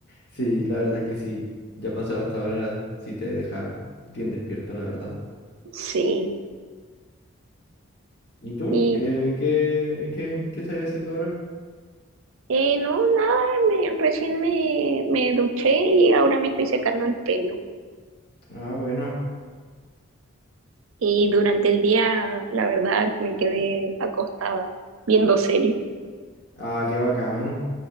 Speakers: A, on the left; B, on the right.
A: Sí, la verdad es que sí. Ya pasado esta hora, sí te deja bien despierto, la verdad.
B: Sí.
A: ¿Y tú?
B: Y
A: Eh, ¿qué, eh, qué, qué estás haciendo ahora?
B: eh, no, nada, me, recién me, me duché y ahora me estoy secando el pelo.
A: Ah, buena.
B: Y durante el día, la verdad, me quedé acostada viendo series.
A: Ah, qué bacán.